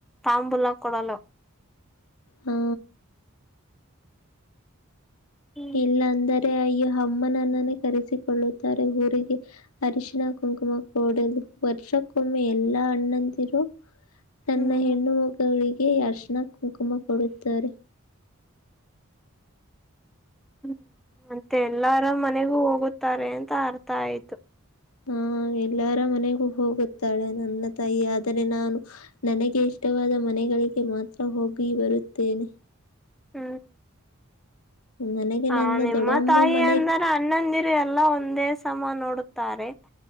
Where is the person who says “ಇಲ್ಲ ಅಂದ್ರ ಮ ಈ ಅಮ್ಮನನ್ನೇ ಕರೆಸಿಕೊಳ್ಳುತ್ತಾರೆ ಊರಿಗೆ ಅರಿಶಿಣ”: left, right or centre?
Left